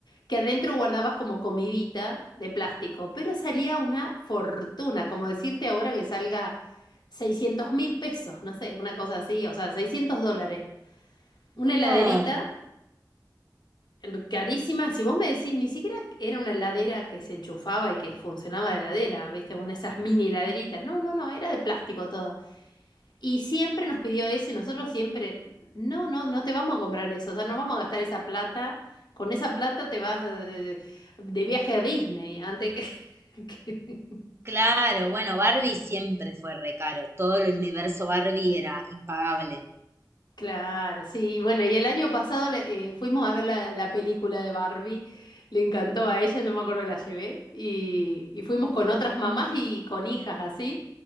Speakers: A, on the left; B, on the right.
A: que adentro guardabas como comidita de plástico, pero salía una fortuna, como decirte ahora que salga seiscientos mil pesos, no sé, una cosa así, o sea, 600 dólares. Una
B: No,
A: heladerita. r- carísima. Si vos me decís, ni siquiera era una heladera que se enchufaba y que funcionaba de heladera, ¿viste? Una de esas mini heladeritas. No, no, no, era de plástico toda. Y siempre nos pidió eso y nosotros siempre, no, no, no te vamos a comprar eso, o sea, no vamos a gastar esa plata. Con esa plata te vas de, de- de viaje a Disney antes que, <laughs> que,
B: claro, bueno, Barbie siempre fue re caro. Todo el universo Barbie era impagable.
A: Claro, sí. Bueno, y el año pasado le- eh, fuimos a ver la, la película de Barbie. Le encantó a ella, yo me acuerdo que la llevé. Y, y fuimos con otras mamás y con hijas así,